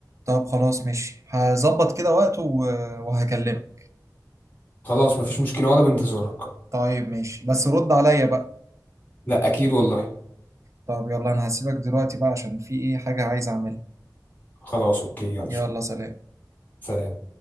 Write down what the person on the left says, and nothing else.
خلاص مفيش مشكلة وأنا بنتظرك
لا أكيد والله
خلاص أوكي يلا
سلام